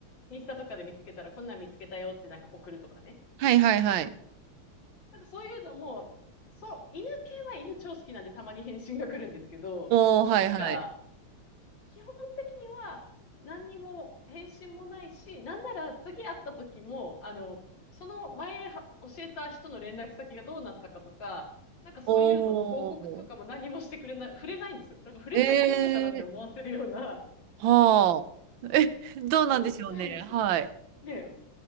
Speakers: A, on the left; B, on the right.
A: インスタとかで見つけたら、こんなん見つけたよってなんか送るとかね。
B: はいはいはい。
A: なんかそういうのも、そう、犬系は犬超好きなんでたまに返信が来るんですけど、
B: おー、はいはい。
A: なんか、基本的には何にも返信もないし、なんなら次会った時も、あの、その前は教えた人の連絡先がどうなったかとか、なんかそういうのの報告とかも何もしてくれない、
B: おー。
A: 触れないんですよ。なんから触れちゃいけんのかなって思わせるような、
B: えー。はあ。え、どうなんでしょうね。
A: そういう、<laughs> そう
B: はい。
A: ね、